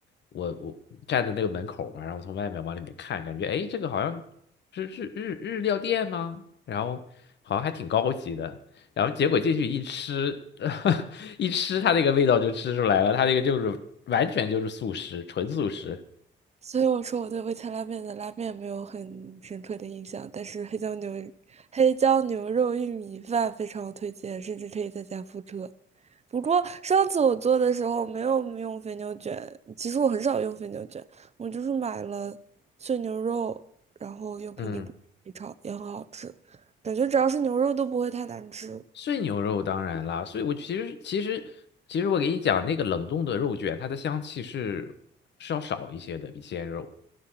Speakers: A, on the left; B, on the right.
A: 我我站在那个门口嘛，然后从外面往里面看，感觉哎，诶这个好像是是日日料店吗？然后好像还挺高级的，然后结果进去一吃，<laughs> 一吃它那个味道就吃出来了，它那个就是完全就是素食，纯素食。
B: 所以我说我对味千拉面的拉面没有很深刻的印象，但是黑椒牛黑椒牛肉玉米饭非常推荐，甚至可以在家复刻。不过上次我做的时候没有用肥牛卷，其实我很少用肥牛卷，我就是买了碎牛肉，然后用平底锅一炒，
A: 嗯，
B: 也很好吃。感觉只要是牛肉都不会太难吃。
A: 碎牛肉当然啦，所以我其实其实其实我给你讲那个冷冻的肉卷，它的香气是是要少一些的，比鲜肉。